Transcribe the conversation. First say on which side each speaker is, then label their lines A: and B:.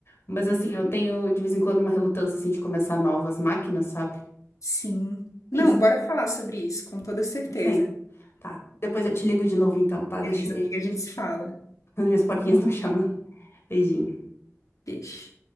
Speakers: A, on the left; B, on the left.
A: Mas assim,
B: Uhum.
A: eu tenho de vez em quando uma relutância, assim, de começar novas máquinas, sabe?
B: Sim. Não,
A: É isso.
B: bora falar sobre isso, com toda certeza.
A: Sim. Tá. Depois eu te ligo de novo então, tá? Deixa
B: Beleza,
A: eu ver
B: amiga,
A: aqui
B: a gente
A: que
B: se fala.
A: as minhas porquinhas estão chamando. Beijinho.
B: Beijo.